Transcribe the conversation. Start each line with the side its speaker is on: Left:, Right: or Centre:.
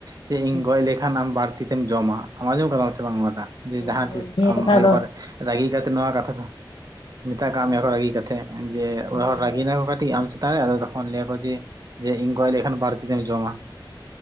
Right: ᱡᱮ ᱤᱧ
Left: ᱦᱩᱸ
Right: ᱜᱚᱡ ᱞᱮᱠᱷᱟᱱ ᱟᱢ ᱵᱟᱨ ᱛᱤ ᱛᱮᱢ ᱡᱚᱢᱟ ᱟᱢ ᱟᱸᱡᱚᱢ ᱠᱟᱫᱟᱢ ᱥᱮ ᱵᱟᱝ ᱱᱚᱣᱟ ᱴᱟᱜ ᱡᱮ
Left: ᱦᱳᱭ
Right: ᱡᱟᱦᱟᱸ
Left: ᱦᱳᱭ
Right: ᱛᱤᱥ
Left: ᱱᱤᱭᱟᱹ
Right: ᱟᱢ
Left: ᱠᱟᱛᱷᱟ
Right: ᱟᱭᱳ
Left: ᱫᱚ
Right: ᱦᱚᱲ ᱨᱟᱹᱜᱤ ᱠᱟᱛᱮ ᱱᱚᱣᱟ ᱠᱟᱛᱷᱟ ᱠᱚ ᱢᱮᱛᱟ ᱠᱟᱜ
Left: ᱦᱳᱭ
Right: ᱢᱮᱭᱟ ᱠᱚ ᱨᱟᱹᱜᱤ ᱠᱟᱛᱮ ᱡᱮ
Left: ᱦᱳᱭ
Right: ᱚᱲᱟᱜ ᱦᱚᱲ
Left: ᱦᱳᱭ
Right: ᱨᱟᱹᱜᱤ ᱱᱟᱠᱚ ᱠᱟᱹᱴᱤᱡ ᱟᱢ ᱪᱮᱛᱟᱱ ᱨᱮ ᱟᱫᱚ ᱛᱚᱠᱷᱚᱱ ᱞᱟᱹᱭᱟ ᱠᱚ ᱡᱮ ᱡᱮ ᱤᱧ ᱜᱚᱡ ᱞᱮᱠᱷᱟᱱ ᱵᱟᱨ ᱛᱤᱛᱮᱢ ᱡᱚᱢᱟ ᱾